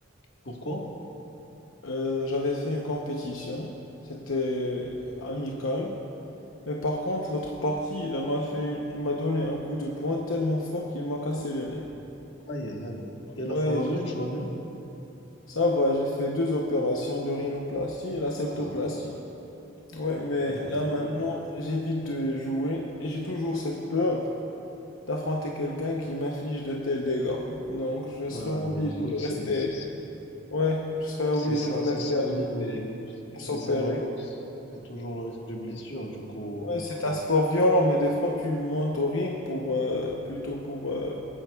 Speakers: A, on the left; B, on the left.
A: Pourquoi?
B: Euh, j'avais fait une compétition. C'était amical. Mais par contre, l'autre partie, il m'a fait, il m'a donné un coup de poing tellement fort qu'il m'a cassé le nez.
A: Aïe, aïe, aïe. Et là,
B: Ouais,
A: ça va mieux, tu vas mieux?
B: Ça va, j'ai fait deux opérations de rhinoplastie et la septoplastie.
A: Ah,
B: Ouais, mais
A: oh là
B: là
A: là.
B: maintenant, j'évite de jouer et j'ai toujours cette peur d'affronter quelqu'un qui m'inflige de tels dégâts. Donc, je serais
A: Euh,
B: obligé
A: écoute,
B: de
A: c'est,
B: rester.
A: c'est, c'est
B: Ouais, je serais obligé
A: c'est ça,
B: de rester
A: c'est ça
B: alité
A: le,
B: et
A: c'est
B: s'opérer.
A: ça de la boxe. Il y a toujours le risque de blessure, du coup.
B: Ouais, c'est un sport violent, mais des fois tu montes au ring pour euh, plutôt pour euh,